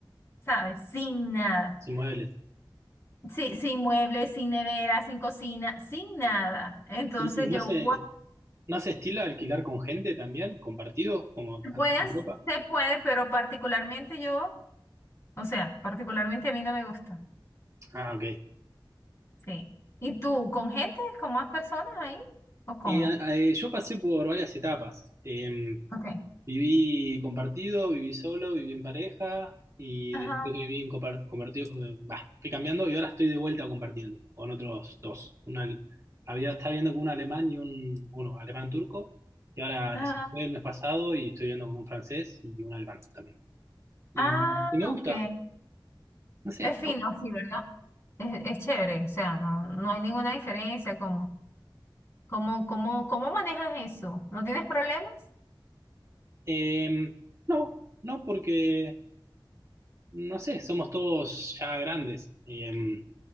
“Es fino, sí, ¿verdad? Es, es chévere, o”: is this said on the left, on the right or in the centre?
Left